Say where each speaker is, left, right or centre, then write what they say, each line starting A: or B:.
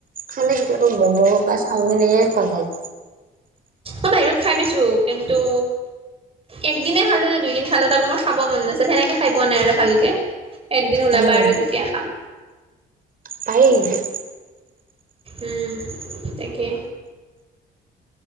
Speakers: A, on the right; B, on the right.
A: খালে কেতিয়াবা ম'ম, বা চাউমিন এয়ে খোৱা যায়।
B: মই বাহিৰত খাই পাইছো কিন্তু, একদিনে খালো নে দুইদিন খালো তাকো মোৰ খাব মন নাছিল, সেনেকে খাই পোৱা নাই আৰু ভালকে। একদিন ওলাবা
A: উম
B: আৰু তেতিয়া খাম।
A: পাৰি কিন্তু।
B: উম, তাকে।